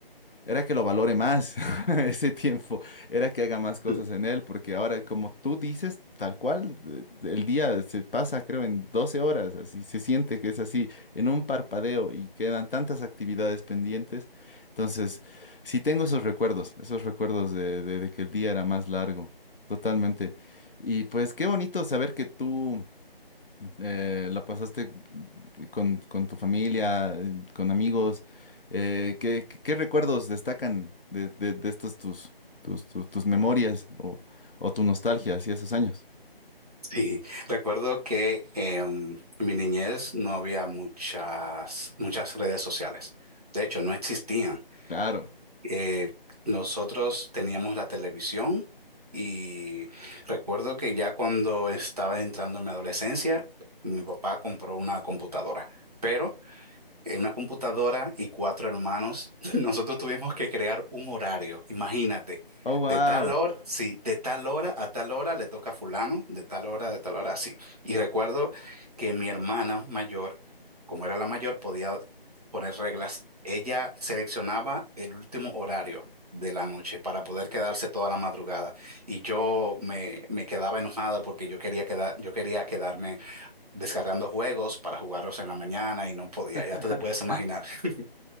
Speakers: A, on the left (about 65°); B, on the right (about 40°).
A: era que lo valore más <laughs> ese tiempo, era que haga más cosas
B: Mm,
A: en él, porque ahora, como tú dices, tal cual, eh, el día se pasa, creo, en 12 horas, así se siente que es así, en un parpadeo, y quedan tantas actividades pendientes. Entonces, sí tengo esos recuerdos, esos recuerdos de, de de que el día era más largo, totalmente. Y pues qué bonito saber que tú. Eh, ¿la pasaste con, con tu familia, eh, con amigos? Eh, ¿qué, qué- qué recuerdos destacan de, de, de estas tus, tus, tus, tus memorias o, o tu nostalgia hacia esos años?
B: Sí, recuerdo que em, en mi niñez no había muchas, muchas redes sociales. De hecho, no existían.
A: Claro.
B: eh, nosotros teníamos la televisión y recuerdo que ya cuando estaba entrando en mi adolescencia, mi papá compró una computadora. pero en una computadora y cuatro hermanos, <laughs> nosotros tuvimos que crear un horario, imagínate,
A: Oh, wow.
B: de tal hora, Wow. sí, de tal hora a tal hora le toca a fulano, de tal hora, de tal hora, así. Y recuerdo que mi hermana mayor, como era la mayor, podía poner reglas. Ella seleccionaba el último horario. de la noche para poder quedarse toda la madrugada y yo me, me quedaba enojado porque yo quería quedar yo quería quedarme descargando juegos para jugarlos en la mañana y no podía,
A: <laughs>
B: ya te puedes imaginar. <laughs>